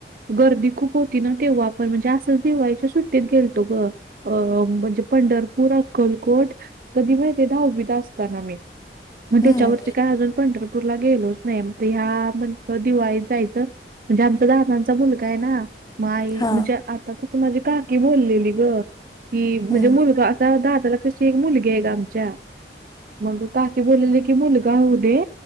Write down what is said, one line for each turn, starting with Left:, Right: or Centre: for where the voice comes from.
Right: गर्दी खूप होती ना तेव्हा पण म्हणजे असंच दिवायच सुट्टीत गेलतो ग अ म्हणजे पंढरपूर, अक्कलकोट, कधी माहीतेय का ते दहावीत असताना मी मग
Left: हम्म
Right: त्यांच्यावर काय अजून पंढरपूरला गेलोच नाही ह्या म्हण दिवाळी जायचं. म्हणजे आमचा दहादाचा मुलगा आहे ना. मा आई
Left: हा
Right: म्हणजे आता कसं माझी काकी बोललेली गं. कि म्हणजे
Left: हम्म
Right: मुलगा आता दाताला कशी एक मुलगी आहे ग आमच्या- मग काकी बोललेले की मुलगा होऊदे